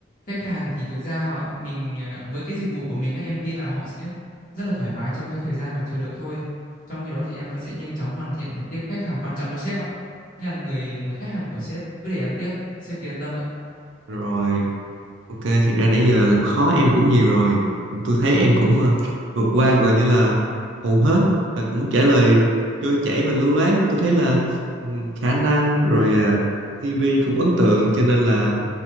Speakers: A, on the left; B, on the right.
A: khách hàng thì thực ra họ mình ờ, với cái dịch vụ của mình á em tin là họ sẽ rất là thoải mái trong cái thời gian mà chờ đợi thôi trong khi đó thì em vẫn sẽ nhanh chóng hoàn thiện và tiếp khách hàng quan trọng cho sếp ạ Nhà người người khách hàng của sếp cứ để em tiếp, sếp yên tâm ạ.
B: rồi Ok, thiệt ra nãy giờ làm khó em cũng nhiều rồi. Tôi thấy em cũng ờ, vượt qua gọi như là hầu hết và cũng trả lời trôi chảy và lưu loát. Tôi thấy là ừm, khả năng rồi ờ, TV cũng ấn tượng cho nên là